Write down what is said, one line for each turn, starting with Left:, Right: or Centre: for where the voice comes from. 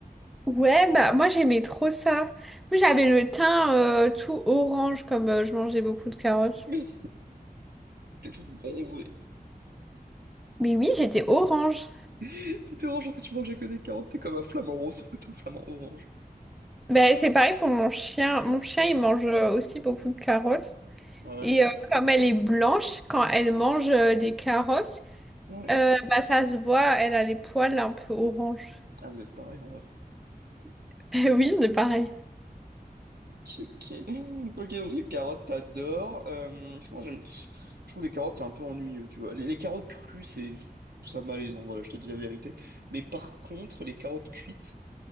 Centre: Ouais, bah moi j'aimais trop ça. Moi j'avais le teint euh, tout orange comme euh, je mangeais beaucoup de carottes.
Right: <laughs> T'es toute bronzée.
Centre: Mais oui, j'étais orange.
Right: <laughs> T'étais orange genre que tu mangeais que des carottes, t'es comme un flamant rose, sauf que t'es un flamant orange.
Centre: Bah c'est pareil pour mon chien. Mon chien il mange euh, aussi beaucoup de carottes.
Right: Ah Ouais.
Centre: Et euh, comme elle est blanche, quand elle mange euh, des carottes,
Right: Ouais.
Centre: euh, bah ça se voit, elle a les poils un peu orange.
Right: Ah, vous êtes pareil en vrai.
Centre: <laughs> Eh Oui, c'est pareil.
Right: Ok, ok, donc les carottes, t'adores. Euh, parce que moi, j'aime. pff, Je trouve les carottes, c'est un peu ennuyeux, tu vois. Les, les carottes crues, c'est. je trouve Ça malaisant, voilà, je te dis la vérité. Mais par contre, les carottes cuites,